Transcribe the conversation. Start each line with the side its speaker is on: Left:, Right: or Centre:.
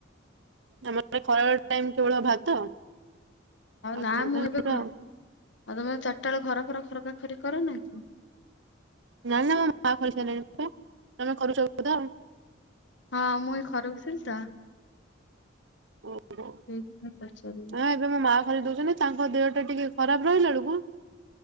Right: ଆମର ଖାଲି ଖରାବେଳ ଟାଇମ୍ କେବଳ ଭାତ। ଆଉ
Left: ନା
Right: ସବୁ
Left: ମୁଁ
Right: ଟାଇମ୍
Left: ଏବେ
Right: ରୁଟି
Left: ଘ
Right: ତ ଆଉ।
Left: ଆଉ ତୋମେ ଚାରିଟା ବେଳେ ଘର ଫର ଖରକାଖରି କର ନାହିଁକି?
Right: ନା ନା ମୋ ମା ଖରିକିସାରିଲେଣି ପରା। ତୋମେ କରୁଛ ତ ବୋଧେ ଆଉ?
Left: ହଁ ମୁଁ ଏ ଖରକୁଥିଲି ତ।
Right: ଓହୋ!
Left: ସେଇଥିପାଇଁ ପଚାରିଲି।
Right: ଆ ଏବେ ମୋ ମା ଖରିକି ଦଉଛନ୍ତି। ତାଙ୍କ ଦେହଟା ଟିକେ ଖରାପ ରହିଲା ବେଳକୁ